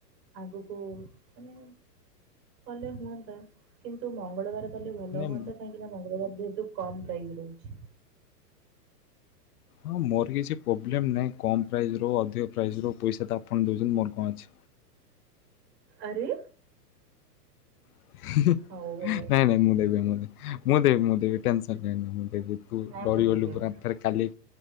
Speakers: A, on the right (about 45°); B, on the left (about 65°).
A: ଆଗକୁ ମାନେ କଲେ ହୁଅନ୍ତା କିନ୍ତୁ ମଙ୍ଗଳବାରେ। କଲେ ଭଲ
B: ନାଇଁ
A: ହୁଅନ୍ତା କାହିଁକି ନା ମଙ୍ଗଳବାର ଯେହେତୁ କମ୍ ପ୍ରାଇସ୍ ରହୁଛି।
B: ହଁ ମୋର କିଛି ପ୍ରୋବ୍ଲେମ୍ ନାହିଁ କମ୍ ପ୍ରାଇସ୍ ରଅଧିକ ପ୍ରାଇସ୍ ର ପଇସା ତ ଆପଣ ଦେଉଛନ୍ତି ମୋର କଣ ଅଛି।
A: ଆରେ!
B: <unintelligible>
A: ହଉ ଆଉ
B: ନାଇଁ ନାଇଁ ମୁଁ ଦେବି ମୁଁ ମୁଁ ଦେବି ମୁଁ ଦେବି ଟେନସନ୍ ନିଅନି ମୁଁ ଦେବି ତୁ
A: ନାଇଁ
B: ଡରିୁ
A: ମୁଁ ଦେଇଦେବି
B: ପୁରା ଥରେ। କାଲି